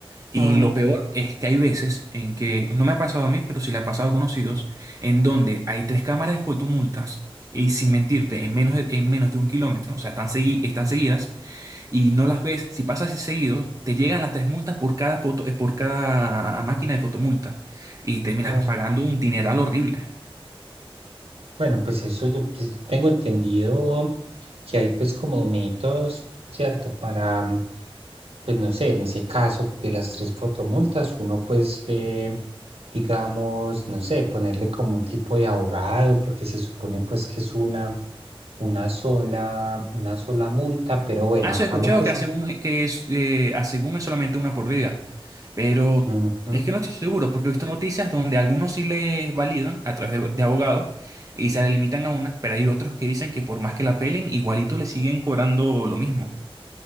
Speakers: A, on the right; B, on the right.
A: Y
B: Ah,
A: lo peor es que hay veces en que, no me ha pasado a mí, pero sí le ha pasado a conocidos, en donde hay tres cámaras de fotomultas y sin mentirte, en menos de, en menos de un kilómetro, o sea, están, segui- están seguidas y no las ves. Si pasas así seguido, te llegan las tres multas por cada foto, eh, por cada máquina de fotomulta y terminas
B: ah.
A: pagando un dineral horrible.
B: Bueno, pues eso yo pues, tengo entendido que hay pues como métodos, ¿cierto? Para, mm, pues no sé, en ese caso de las tres fotomultas, uno pues eh, digamos, no sé, ponerle como un tipo de abogado, porque se supone pues que es una, una sola, una sola multa, pero bueno,
A: Ah, eso
B: acá
A: he escuchado
B: lo que
A: que,
B: se...
A: hace un- que es, eh, a según es solamente una por día. Pero
B: Ujú.
A: es que no estoy seguro, porque he visto noticias donde algunos sí les validan a través de, de abogados y se le limitan a una, pero hay otros que dicen que por más que la pelen, igualito le siguen cobrando lo mismo.